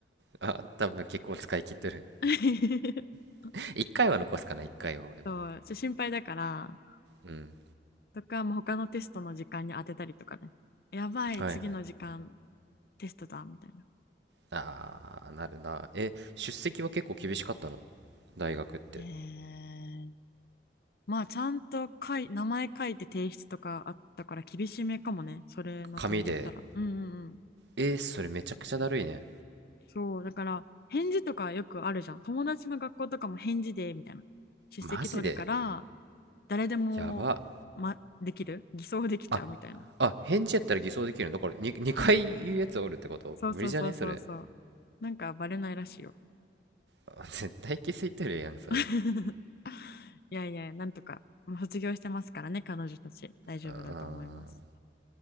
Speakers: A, on the right; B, on the left.
A: あ、多分結構使い切ってる。
B: <laughs>
A: <laughs> 1回は残すかな、1回は俺も。
B: そう、ちょ心配だから、
A: うん。
B: とか、もう他のテストの時間に当てたりとかね。やばい、
A: はいはい。
B: 次の時間テストだ、みたいな。
A: あー、なるな。え、出席は結構厳しかったの大学って。
B: えー、まあちゃんと書い、名前書いて提出とかあったから厳しめかもね、それの点で言ったら。
A: 紙で。
B: うんうんうん。
A: えーそれめちゃくちゃだるいね。
B: そう、だから返事とかよくあるじゃん。友達の学校とかも返事でみたいな。出席取るから
A: マジで
B: 誰でも、
A: やば。
B: ま、できる偽装できちゃうみたいな。
A: あ、あ、返事やったら偽装できるんだ。これに 2, 回言うやつおるってこと無理じゃねそれ。
B: そうそうそうそうそう。なんかバレないらしいよ。
A: あ絶対気づいてるやん、それ。
B: <laughs> いやいや、なんとか、もう卒業してますからね、彼女たち。大丈夫だと思います。
A: あー、